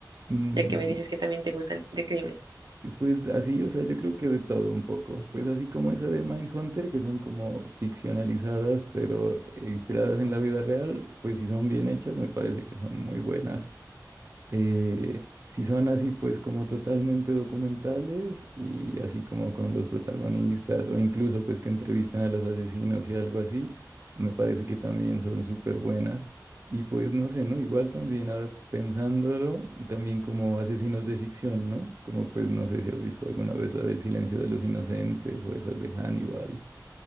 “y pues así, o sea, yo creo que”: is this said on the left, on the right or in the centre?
Right